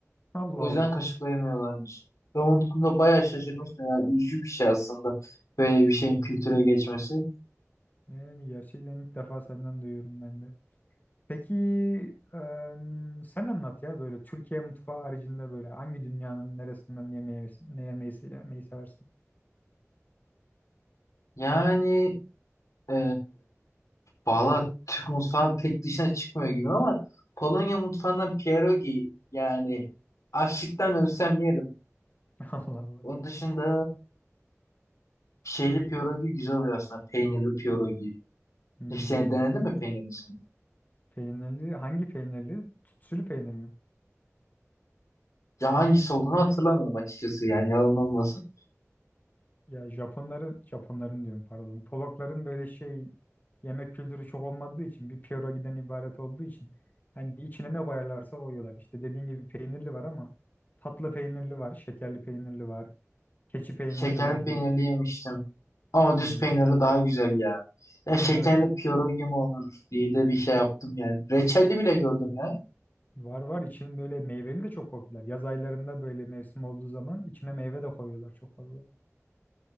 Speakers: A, on the left; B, on the left.
A: Allah
B: O yüzden
A: Allah.
B: kaşıklayamıyorlarmış. Ben onun konuda bayağı şaşırmıştım. Yani üzücü bir şey aslında. Böyle bir şeyin kültüre geçmesi.
A: Yani gerçekten ilk defa senden duyuyorum ben de. Peki em, sen anlat ya böyle Türkiye mutfağı haricinde böyle hangi dünyanın neresinden yemeği, ne yemeği, yemeği seversin?
B: Yani e, valla Türk mutfağı pek dışına çıkmıyor gibi ama Polonya mutfağından pierogi yani açlıktan ölsem yerim.
A: <laughs> Allah Allah.
B: Onun dışında şeyli pierogi güzel oluyor aslında. Peynirli pierogi.
A: Hmm,
B: İşte denedin mi peynirlisini?
A: peynirli hangi peynirli? Tütsülü peynir mi?
B: Ya hangisi olduğunu hatırlamıyorum açıkçası yani yalan olmasın.
A: Ya Japonların Japonların diyorum pardon. Polakların böyle şey yemek kültürü çok olmadığı için bir pierogi'den ibaret olduğu için hani içine ne koyarlarsa koyuyorlar. İşte dediğin gibi peynirli var ama tatlı peynirli var, şekerli peynirli var, keçi peynirli
B: Şekerli
A: var mı?
B: peynirli yemiştim. Ama
A: Yani
B: düz peynirli daha güzel ya. Ya şekerli
A: ben o
B: pierogi mi olur diye de bir şey yaptım yani. Reçelli bile gördüm ya.
A: Var var için böyle meyveli de çok popüler. Yaz aylarında böyle mevsim olduğu zaman içine meyve de koyuyorlar çok fazla.